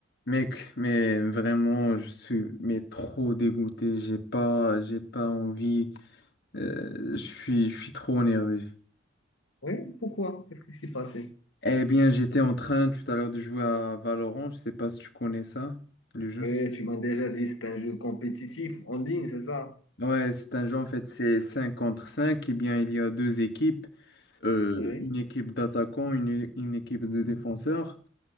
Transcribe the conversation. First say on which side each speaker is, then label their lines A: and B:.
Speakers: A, on the left; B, on the left.
A: Mec, mais vraiment, je suis mais trop dégoûté. J'ai pas, j'ai pas envie. Euh, je suis, je suis trop énervé.
B: Oui, pourquoi? Qu'est-ce qui s'est passé?
A: Eh bien, j'étais en train tout à l'heure de jouer à Valorant. Je sais pas si tu connais ça, le jeu.
B: Oui, tu m'as déjà dit c'est un jeu compétitif en ligne, c'est ça?
A: Ouais, c'est un jeu en fait, c'est 5 contre 5. Eh bien, il y a deux équipes, euh,
B: Oui,
A: une équipe d'attaquants, une, une équipe de défenseurs.